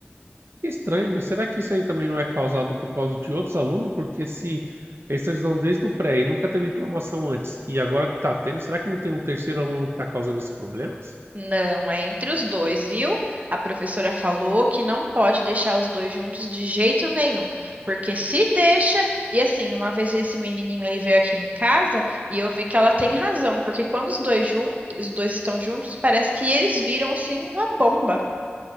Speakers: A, on the right; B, on the right.
A: Estranho, mas será que isso aí também não é causado por causa de outros alunos? Porque se eles estão estudando desde o pré e nunca teve reclamação antes, e agora que está tendo, será que não tem um terceiro aluno que está causando esses problemas?
B: Não, é entre os dois, viu? A professora falou que não pode deixar os dois juntos de jeito nenhum, porque se deixa, e assim, uma vez esse menininho ele veio aqui em casa e eu vi que ela tem razão, porque quando os dois juntos, os dois estão juntos, parece que eles viram assim uma bomba.